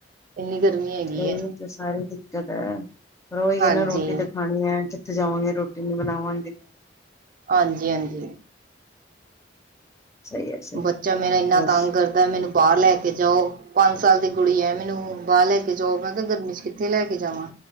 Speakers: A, on the right; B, on the left.
A: ਇੰਨੀ ਗਰਮੀ ਹੈਗੀ
B: ਇਹੀ
A: ਹੈ
B: ਤਾਂ ਸਾਰੀ ਦਿੱਕਤ ਹੈ। ਪਰ ਉਹੀ
A: ਹਾਂਜੀ
B: ਹੈ ਨਾ ਰੋਟੀ ਤਾਂ ਖਾਣੀ ਹੈ ਕਿੱਥੇ ਜਾਵਾਂਗੇ ਰੋਟੀ ਨੀ ਬਣਾਵਾਂਗੇ।
A: ਹਾਂਜੀ--ਹਾਂਜੀ।
B: ਸਹੀ ਹੈ ਸਹੀ
A: ਬੱਚਾ ਮੇਰਾ ਇੰਨਾ
B: ਬਸ
A: ਤੰਗ ਕਰਦਾ ਮੈਨੂੰ ਬਾਹਰ ਲੈ ਕੇ ਜਾਓ ਪੰਜ ਸਾਲ ਦੀ ਕੁੜੀ ਐ ਮੈਨੂੰ ਬਾਹਰ ਲੈ ਕੇ ਜਾਓ ਮੈਂ ਕਹਯਾ ਗਰਮੀ ਚ ਕਿੱਥੇ ਲੈ ਕੇ ਜਾਵਾਂ।